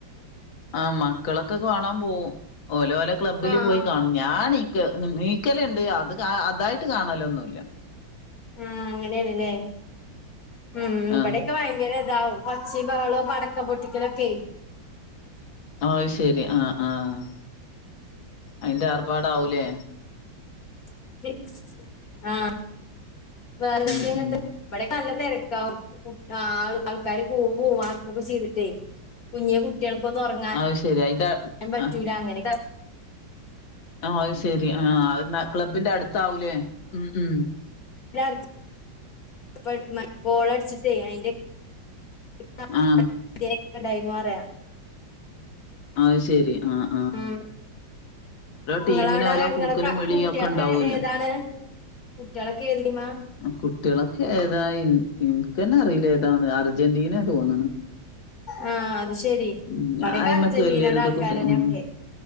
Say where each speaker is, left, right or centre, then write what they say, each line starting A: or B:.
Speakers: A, on the left; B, on the left.
A: ആ മക്കളൊക്കെ കാണാൻ പോവും ഓലോലെ ക്ലബ്ബില്
B: ആഹ്
A: പോയി കാണും. ഞാനീക്ക് നീക്കലുണ്ട് അത് കാ അതായിട്ട് കാണലൊന്നുല്ല.
B: ഉം അങ്ങനേണ്ല്ലേ ഉം.
A: ആ
B: ഇവടെക്കെ ഭയങ്കര ഇതാവും ഒച്ചേ ബഹളോ പടക്കം പൊട്ടിക്കലൊക്കെ
A: അഹ് ശെരി ആഹ് ആഹ് അയിന്റെ ആർഭാടാവൂല്ലേ?
B: <unintelligible> ആഹ് വേറെന്തൊക്കെ
A: ഉം
B: ഇങ്ങട്ട്
A: ഉം
B: ഇബടെക്കെ നല്ല തിരക്കാവും ആഹ് ആൾക്കാാര് കൂവും ആർക്കൊക്കെ ചീതിട്ടേ കുഞ്ഞെ കുട്ട്യേൾക്കൊന്നും ഒ റങ്ങാൻ
A: അത് ശരി അയിന്റെ
B: നും പറ്റൂല
A: ആ
B: അങ്ങനെക്കെ
A: ആഹ് ശെരി ആഹ് ആഹ് അതന്ന ക്ലബ്ബിന്റെ അടുത്താവും ലേ ഉം ഉം
B: <unintelligible> ബോളടിച്ചിട്ടേ അയിന്റെ <unintelligible>
A: ആ അത് ശെരി ആഹ്
B: ഉം നിങ്ങളവിട
A: ടീമിന് ഓരോ
B: നിങ്ങള
A: കൂക്കലും വിളിയും
B: കുട്ടിയൊക്കെ
A: ഒക്കെ ഉണ്ടാവല്ലോ
B: ഏതാണ് കുട്ടിയളൊക്കെ ഏത് ടീമാ.
A: കുട്ടിയളൊക്കെ ഏതാ ഇന്ക്ക്ന്ന അറിയില്ല ഏതാന്ന് അർജന്റീന തോന്നണ്.
B: ആഹ് അത് ശെരി
A: ഉം
B: ഇബടൊക്കെ
A: അയിമക്ക്
B: അർജന്റീനയുടെ
A: വല്യൊരിത്
B: ആൾക്കാരന്ന
A: കുറി ഉം
B: ഒക്കെ